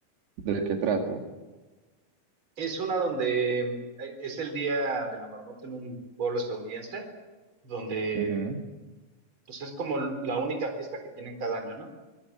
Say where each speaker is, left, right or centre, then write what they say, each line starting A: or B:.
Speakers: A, on the right; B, on the right.
A: ¿De qué trata?
B: Es una donde eh, es el Día de la Marmota en un pueblo estadounidense, donde
A: Ujú,
B: pues es como la única fiesta que tienen cada año, ¿no?